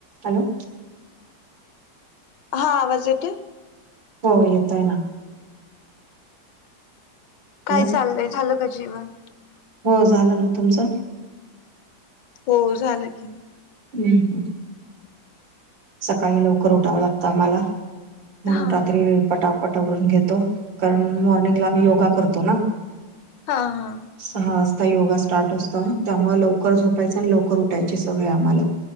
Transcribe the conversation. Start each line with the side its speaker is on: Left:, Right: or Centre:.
Right: Hello!
Left: हा आवाज येतोय?
Right: हो येतोय ना. हॅलो
Left: काय चाललंय झालं का जेवण?
Right: हो झालं ना तुमचं?
Left: हो झालं की.
Right: हूं हूं! सकाळी लवकर उटावं लागतं आम्हाला म्हणून
Left: हा
Right: रात्री पटा पट आवरून घेतो कारण मॉर्निंगला आम्ही योगा करतो ना.
Left: हा हा!
Right: सहा वाजता योगा स्टार्ट असत, त्यामुळे लवकर झोपायचं आणि लवकर उठायची सवय आम्हाला.